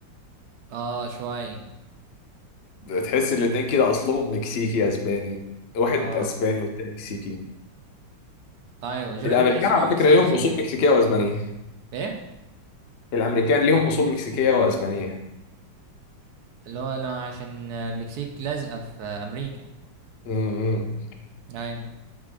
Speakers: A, on the right (about 65°); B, on the left (about 85°).
A: اه شوية
B: تحس الاتنين كده اصلهم مكسيكي اسباني واحد
A: اه
B: اسباني والتاني مكسيكي
A: ايوه جوني
B: الامريكان
A: ده بتحس ان
B: على
A: هو مكسيكي
B: فكره ليهم
A: سنة
B: اصول مكسيكيه واسبانيه
A: ايه
B: الامريكان ليهم اصول مكسيكيه واسبانيه
A: اللي هو لا، عشان المكسيك لازقة في امريكا
B: امم
A: ايوه